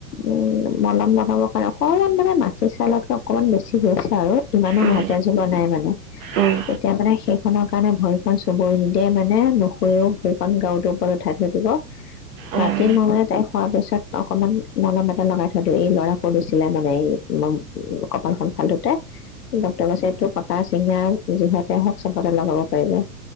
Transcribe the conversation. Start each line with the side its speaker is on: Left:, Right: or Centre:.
Left: উ মলম লগাবৰ কাৰণে অকমান মানে মাখি। সেই চাউলতকে অকণমান বেছি গৈছে আৰু ইমানো
Right: অঁ অঁ
Left: নহয় তেজ ওলোৱা নাই মানে,
Right: অঁ অঁ
Left: এতিয়া মানে সেইখনৰ কাৰণে ভৰি খন চুব নিদিয়ে মানে নুশুৰেও ভৰি খন গাঁৱটোৰ ওপৰত উঠাই থৈ দিব,
Right: উম
Left: ৰাতি মই মানে তাই সোৱাৰ পিছত অকনমান মলম এটা লগাই থৈ দিওঁ এই ল'ৰা সো দিছিলে মানে এই। কপালখন ফালুতে ডক্তৰে কৈছেএইটো কটা চিঙা যিহতে হওঁক চবতে লগাব পাৰিব